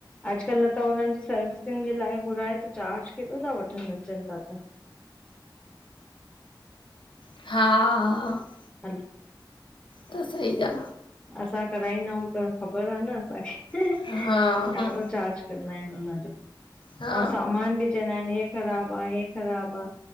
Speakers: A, on the left; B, on the left.
A: अॼुकल्ह न त हुननि जी सर्विसिंग जे लाइ घुराए त चार्ज केॾो था वठनि अचनि ता त।
B: हा।
A: हल।
B: त सही आ।
A: असां कराईंदा आहियूं त ख़बर आ न असांखे
B: आहे हा हा
A: ॾाढो चार्ज कंदा आहिनि उन जो,
B: हा
A: अऊं सामान बि चवंदा आहिनि हे ख़राबु आ हे ख़राबु आ,